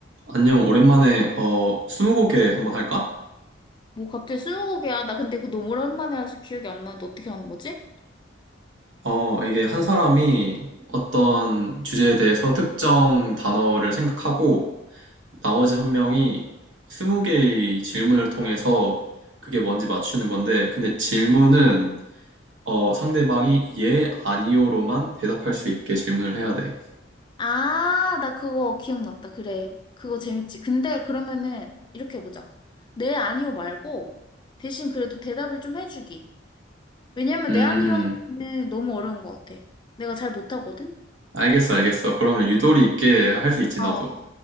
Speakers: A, on the right; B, on the left.
A: 안녕, 오랜만에, 어, 스무고개 한번 할까?
B: 뭐 갑자기 스무고개야. 나 근데 그거 너무 오랜만에 해서 기억이 안 나는데 어떻게 하는 거지?
A: 어, 이게 한 사람이 어떤 주제에 대해서 특정 단어를 생각하고, 나머지 한 명이 스무 개의 질문을 통해서 그게 뭔지 맞추는 건데, 근데 질문은, 어, 상대방이 예, 아니요로만 대답할 수 있게 질문을 해야 돼.
B: 아, 나 그거 기억났다. 그래. 그거 재밌지. 근데 그러면은 이렇게 보자. 네, 아니요 말고 대신 그래도 대답을 좀 해주기. 왜냐면
A: 음,
B: 네, 아니요 하면은 너무 어려운 것 같아. 내가 잘 못하거든?
A: 알겠어, 알겠어. 그러면 유도리 있게 할 수 있지,
B: 어.
A: 나도.